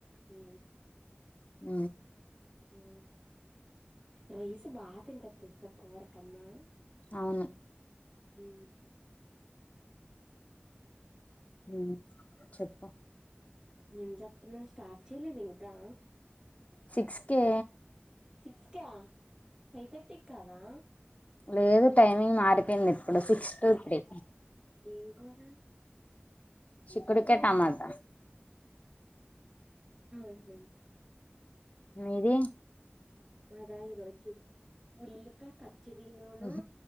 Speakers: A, on the right; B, on the left.
A: ఉ
B: ఆ
A: ఉ రైస్ బాగా తింటది తెలుసా కూర కన్నా
B: అవును
A: ఉ
B: ఉమ్ చెప్పు
A: ఏం చెప్తున్నా స్టార్ట్ చేయలేదు ఇంకా
B: సిక్స్ కేే
A: సిక్స్కా ఫైవ్ థర్టీకి కాదా
B: లేదు టైమింగ్ మారిపోయింది ఇప్పుడు సిక్స్ టు త్రీ
A: ఏం కుర్ర
B: చిక్కుడుకాయ టమాట
A: ఆహా
B: మీది
A: మదా ఈ రోజు ఉల్లిపాయ్ పచ్చడి నూనూ
B: మ్మ్